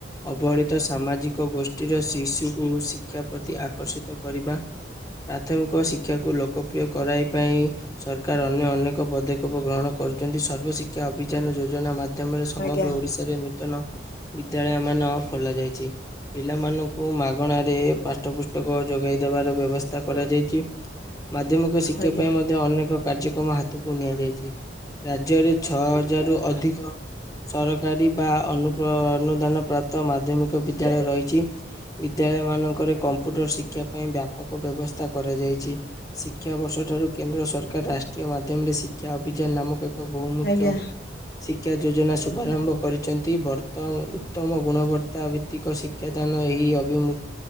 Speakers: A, on the left; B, on the left.
A: ଅବହଳିତ ସାମାଜିକ ଗୋଷ୍ଠୀର ଶିଶୁକୁ ଶିକ୍ଷା ପ୍ରତି ଆକର୍ଷିତ କରିବା। ପ୍ରାଥମିକ ଶିକ୍ଷାକୁ ଲୋକପ୍ରିୟ କରାଇବା ପାଇଁ ସରକାର ଅନ୍ୟ ଅନେକ ପଦକ୍ଷେପ ଗ୍ରହଣ କରୁଛନ୍ତି ସର୍ବଶିକ୍ଷା ଅଭିଯାନ ଯୋଜନା ମା ମାଧ୍ୟମରେ ସମଗ୍ର
B: ଆଜ୍ଞା
A: ଓଡିଶାରେ ନୂତନ ବିଦ୍ୟାଳୟ ମାନ ଖୋଲା ଯାଇଛି। ପିଲାମାନଙ୍କୁ ମାଗଣା ରେ ପାଠ୍ୟ ପୁସ୍ତକ ଯୋଗାଇ ଦେବାର ବ୍ୟବସ୍ଥା କରାଯାଇଛି। ମାଧ୍ୟମିକ ଶିକ୍ଷା
B: ଆଜ୍ଞା
A: ପାଇଁ ମଧ୍ୟ ଅନେକ କାର୍ଯ୍ୟକ୍ରମ ହାତକୁ ନିଆଯାଇଛି ରାଜ୍ୟରେ ଛଅ ହଜାରରୁୁ ଅଧିକ ସରକାରୀ ବା ଅନୁପ୍ର ଅନୁଦାନ ପ୍ରାପ୍ ତ ମାଧ୍ୟମିକ ବିଦ୍ୟାଳୟ ରହିଛି ବିଦ୍ୟାଳୟ ମାନଙ୍କରେ କମ୍ପ୍ୟୁଟର ଶିକ୍ଷା ପାଇଁ ବ୍ୟାପକ ବ୍ୟବସ୍ଥା କରାଯାଇଛି, ଶିକ୍ଷାାବର୍ଷ ଠାରୁ କେନ୍ଦ୍ର ସରକାର ରାଷ୍ଟ୍ରୀୟ ମା ମାଧ୍ୟମରେ ଶିକ୍ଷା ଅଭିଯାନ ନାମକ ଏକ ବହୁମୁଖ୍ୟ
B: ଆଜ୍ଞା
A: ଶିକ୍ଷା ଯୋଜନା ଶୁଭାରମ୍ଭ କରିଛନ୍ତି ବର୍ତ୍ତ ଉତ୍ତମ ଗୁଣବତ୍ତା ଭି ଭୌତିକ ଶିକ୍ଷାଦାନ ଏହି ଅଭିମୁ